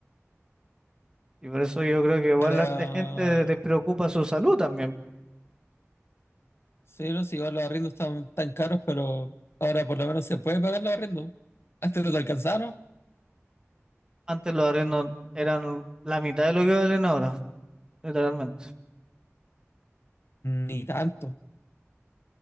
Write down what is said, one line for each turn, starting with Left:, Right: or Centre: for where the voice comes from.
Right: Y por eso yo creo que igual
Left: para...
Right: la harta gente te preocupa su salud también.
Left: Sí, no sé, igual los arriendos están tan caros, pero ahora por lo menos se puede pagar los arriendos. Antes no te alcanzaron.
Right: Antes los arriendos eran la mitad de lo que valen ahora, literalmente.
Left: Ni tanto.